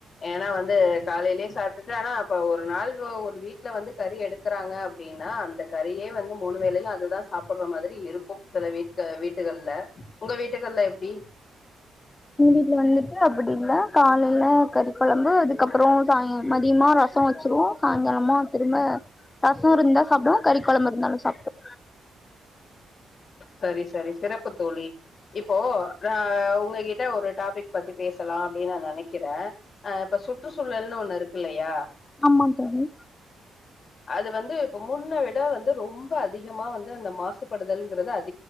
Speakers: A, on the left (about 45°); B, on the left (about 20°).
A: ஏன்னா வந்து காலையிலயே சாப்பிட்டுட்டு ஆனா அப்ப ஒரு நாள் ஒரு வீட்டுல வந்து கறி எடுக்கறாங்க அப்டின்னா அந்த கறியே வந்து மூணு வேளையு அதுதா சாப்டுற மாரி இருக்கு சில வீட்டு வீட்டுகள்ல உங்க வீட்டுகள்ல எப்டி
B: எங்க வீட்டுல வந்துட்டு அப்படி இல்ல காலையில கறிக்கொழம்பு அதுக்கப்பற சாய மதியமா ரச வச்சிருவோ சாயங்காலமா திரும்ப ரச இருந்தா சாப்டுவோ கறி கொழம்பு இருந்தாலு சாப்டுவோ
A: சரி சரி சிறப்பு தோழி இப்போ நா உங்ககிட்ட ஒரு டாபிக் பத்தி பேசலா அப்டின்னு நா நெனைக்கறே ஆஹ் இப்ப சுற்றுசூழல்னு ஒண்ணு இருக் இல்லையா
B: ஆமா தோழி
A: அது வந்து இப்ப முன்ன விட வந்து ரொம்ப அதிகமா வந்து அந்த மாசுபடுத் தல்ங்கிறது அது